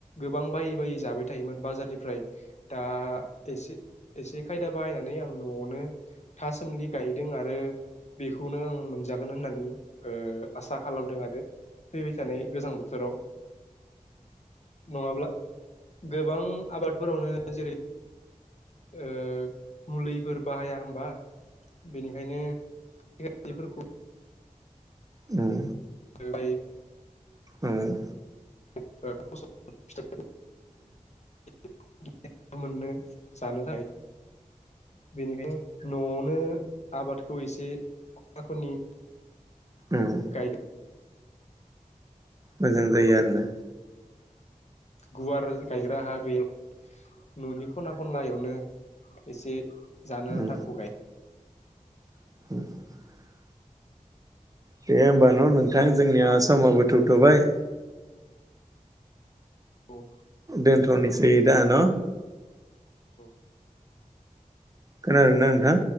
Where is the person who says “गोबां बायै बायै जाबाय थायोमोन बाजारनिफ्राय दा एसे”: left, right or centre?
Left